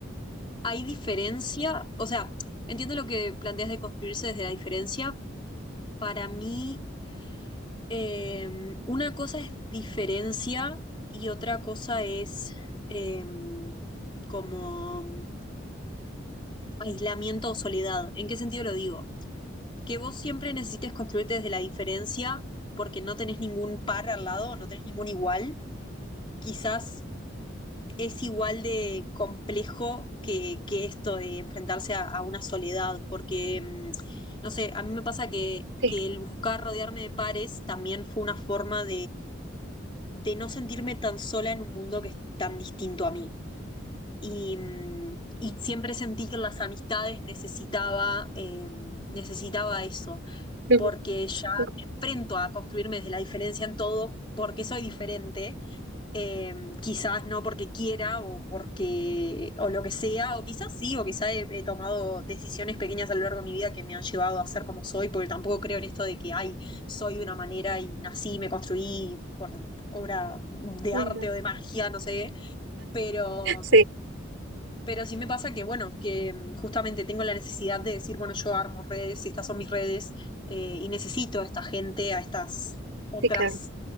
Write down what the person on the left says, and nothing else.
hay diferencia, o sea, entiendo lo que planteas de construirse desde la diferencia. Para mí, Em, una cosa es diferencia y otra cosa es em, como aislamiento o soledad. ¿En qué sentido lo digo? Que vos siempre necesites construirte desde la diferencia porque no tenés ningún par al lado, no tenés ningún igual. Quizás es igual de complejo que, que esto de enfrentarse a, a una soledad, porque, em, no sé, a mí me pasa que,
que el buscar rodearme de pares también fue una forma de no sentirme tan sola en un mundo que es tan distinto a mí. Y, mm, y siempre sentí que las amistades necesitaba, eh, necesitaba eso,
porque ya
me enfrento a construirme desde la diferencia en todo, porque soy diferente eh, quizás no porque quiera o porque o lo que sea, o quizás sí, o quizás he, he tomado decisiones pequeñas a lo largo de mi vida que me han llevado a ser como soy, porque tampoco creo en esto de que, ay, soy de una manera y nací, me construí por obra de
arte
o de magia, no sé, pero
pero sí me pasa que, bueno, que mm, justamente tengo la necesidad de decir, bueno, yo armo redes, estas son mis redes, eh, y necesito a esta gente, a estas otras